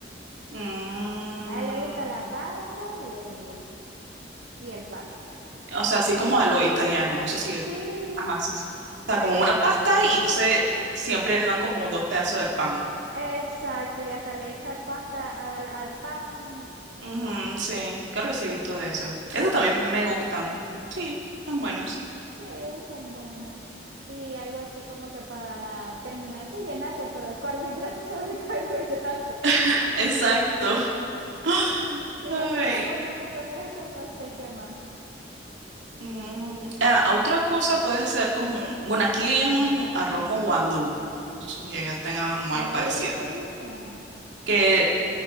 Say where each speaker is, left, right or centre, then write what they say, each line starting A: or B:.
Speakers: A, on the right; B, on the right.
A: Mm,
B: a él le gusta la pasta y el, y el pan.
A: O sea, así como a lo italiano, no sé si...
B: Sí,
A: Ajá, sí, sí. O sea,
B: a-
A: como
B: a-
A: una pasta y entonces siempre le dan como dos pedazos de pan.
B: exacto, y hasta le echa pasta al, al pan,
A: Ujú, sí, creo que sí he visto de esas. Esas
B: ajá,
A: también
B: le
A: me
B: echa,
A: gustan. Sí, son buenas.
B: sí, son buenas. Y algo así como que para terminarse y llenarse, pero el carbohidrato <laughs> sobre el carbohidrato.
A: <laughs> Exacto.
B: <laughs>
A: <gasps>
B: Si
A: Ay.
B: nos quedamos llenos con eso, no sé qué más.
A: Mm, ah, otra cosa puede ser como, bueno, aquí le llaman arroz con guandú. No sé si allá tengan
B: ¿Cuál
A: algo parecido.
B: es esa?
A: Que
B: No sé.